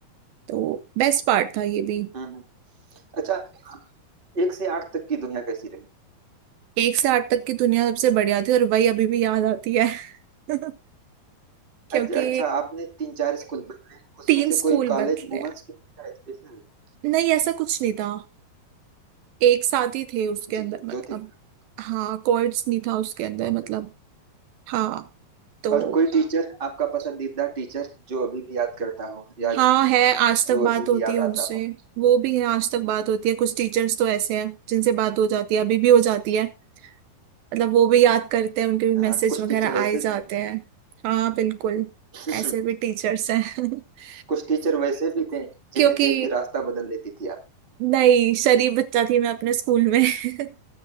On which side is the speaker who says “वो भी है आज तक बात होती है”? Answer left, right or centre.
Right